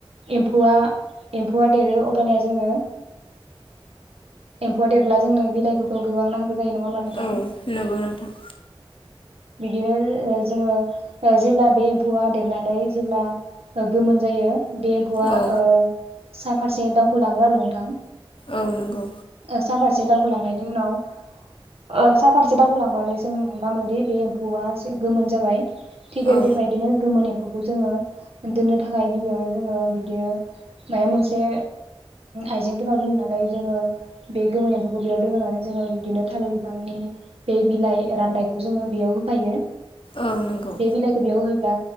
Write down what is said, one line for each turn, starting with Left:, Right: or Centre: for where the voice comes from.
Right: एम्फौ एम्फौआ देरो अबनिया जोङो एम्फौआ देरब्ला जोंनो बिलाइखौथ' गोबां नांगौ गोजै नङा हामा नोंथां?
Left: औ नंगौ नोंथां
Right: बिदिनो जोङो जेब्ला बे फौवा देरनानै जेब्ला गोमोन जायो। बे एम्फौवा
Left: औ
Right: ओ साब फारसे दावखोलाङो आरो नोंथां
Left: औ नंगौ
Right: साफारसे द होलांनायनि उनाव साहाफारसे दावहोलांबानो जों हम मोनोदि बे एम्फौआ एसे गोमोन जाबाय थिग बे
Left: औ
Right: बेबायदिनो। एखौ जोङो दोननो थाखाय गिबियावनो जोङो बिदिनो मा मोनसे आइजेंफोराव दोननानै जोङो बे गोमोनो एम्फौखौ बेयाव दोननानै जोङो बिदिनो थालिर बिफांनि बे बिलाइ राननायखौ जोङो बेयाव होफायो।
Left: औ नंगौ
Right: बेेबल बियाव होब्ला